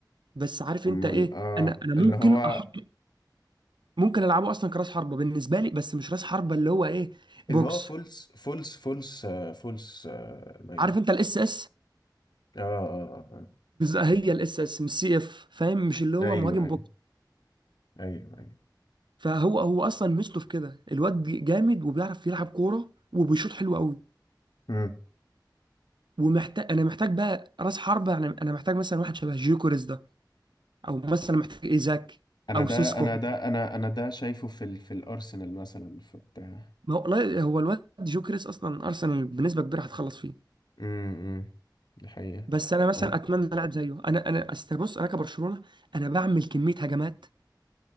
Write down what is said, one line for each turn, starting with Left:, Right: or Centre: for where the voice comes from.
Right: بس عارف
Left: اما
Right: انت ايه
Left: ال- آه،
Right: انا انا ممكن
Left: اللي هو
Right: احط ممكن العبه اصلا كراس حربه بالنسبه لي بس مش راس حربه اللي هو ايه
Left: اللي
Right: بوكس
Left: هو فولس فولس فولس آه، فولس آه، ناين
Right: عارف انت الاس اس
Left: اه اه آه. آه.
Right: هي الاس اس مش سي اف فاهم مش اللي هو
Left: ايوه
Right: مهاجم
Left: ايوه
Right: بوكس
Left: ايوه ايوه
Right: فهو هو اصلا ميزته في كده الواد جامد وبيعرف يلعب كوره وبيشوط حلو قوي
Left: مم.
Right: ومحتاج انا محتاج بقى راس حربه يعني انا محتاج مثلا واحد شبه جيوكوريز ده او مثلا محتاج ايزاك
Left: انا
Right: او
Left: ده
Right: سيسكو
Left: انا ده انا انا ده شايفه في ال... في الارسنال مثلا في بتاع
Right: ما هو لا- هو الواد جيوكوريز اصلا ارسنال بنسبه كبيره هتخلص فيه
Left: امم دي حقيقة
Right: بس انا مثلا
Left: هم-
Right: اتمنى لاعب زيه انا انا أصل بص انا كبرشلونه انا بعمل كميه هجمات